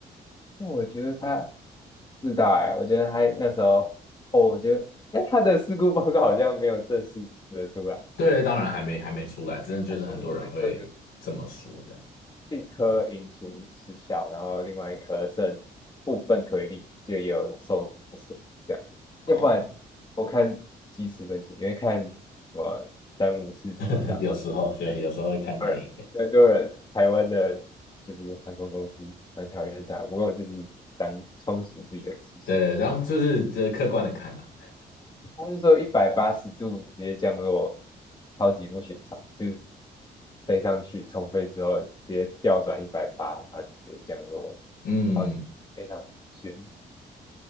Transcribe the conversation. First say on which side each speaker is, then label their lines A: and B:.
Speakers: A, on the left; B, on the left.
A: 那我觉得他是大哎，我觉得他那时候哦，我觉得哎他的事故报告好像没有正式的出来。
B: 对，当然还没还没出来，真的就是很多人会这么说这样。
A: 初步推测就一颗引擎失效，然后另外一颗剩部分推力就也有受损，这样。
B: 哦，
A: 要不然我看即时分析，因为看什么詹姆斯机长嘛，
B: <laughs> 有时候觉得有时候会看他的影片，
A: 当然很多人台湾的就是航空公司蛮讨厌他，不过就是当充实自己的知识。
B: 对对，然后就是这客观的看啦、
A: 他是说一百八十度直接降落，超级不寻常，就是飞上去重飞之后直接调转一百八，然后就直接降落。
B: <laughs> 嗯，
A: 好，非常极限。